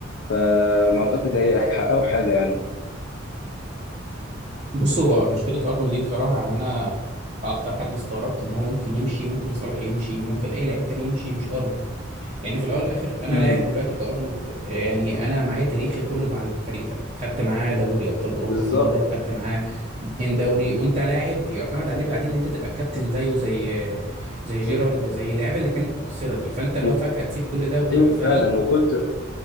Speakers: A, on the left (about 65°); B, on the right (about 30°).
A: فما أعتقد هي- هيحققوا حاجة يعني
B: بص هو مشكله ارنولد دي بصراحه يعني انا اكتر حد استغربت ان هو ممكن يمشي ممكن صلاح يمشي ممكن اي لعيب تاني يمشي مش ارنولد يعني في الاول والاخر انا
A: امم
B: لاعب دلوقتي كارنولد آه، يعني انا معايا تاريخي كله مع الفريق ده خدت معاه دوري ابطال اوروبا
A: بالظبط
B: في مره خدت معاه اتنين دوري وانت لاعب يعتمد عليه بعدين ان انت تبقى الكابتن زيه زي زي جيرارد زي اللعيبه اللي كانت مؤثره دي فانت لو
A: و-
B: فجاه تسيب كل ده وتروح
A: أيوه
B: فريق
A: فعلا وكنت